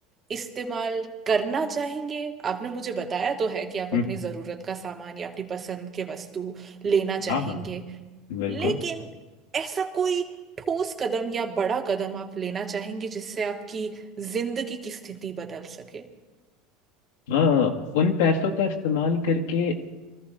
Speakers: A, on the right; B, on the left.
A: इस्तेमाल करना चाहेंगे आपने मुझे बताया तो है कि आप
B: हम्म
A: अपनी जरूरत का सामान या अपनी पसंद के वस्तु लेना चाहेंगे
B: हाँ हाँ बिल्कुल
A: लेकिन ऐसा कोई ठोस कदम या बड़ा कदम आप लेना चाहेंगे जिससे आपकी जिंदगी की स्थिति बदल सके
B: हाँ उन पैसों का इस्तेमाल करके